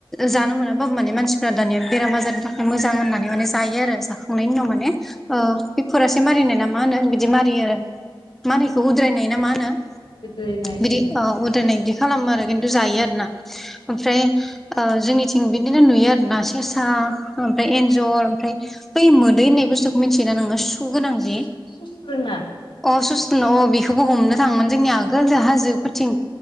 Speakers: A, in the centre; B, on the left.
A: जानो मोनाबाबो माने मानसिफ्रा दानिया बेराम आजारनि थाखाय मोजां होननानै माने जायो आरो जाखांनायनि उनाव माने ओ बेफोरासो मारिनाय ना मा होनो बिदि मारियो आरो मा होनो इखौ उद्रायनाय ना मा होनो?
B: गोदोनाय
A: बिदि ओ उदायनाय बिदि खालामो आरो खिन्थु जायो आरोना ओमफ्राय ओ जोंनिथिं बिदिनो नुयो आरोना केेसा ओमफ्राय एन्जर ओमफ्राय बै मोदै होननाय बुस्थुखौ मिन्थियोना नोङो खु गोनां
B: सुस
A: दा
B: सुस्रोना
A: अ सु बेखौबो
B: औ
A: हमनो थाङोमोन जोंनि आगोलजों हाजोफोरथिं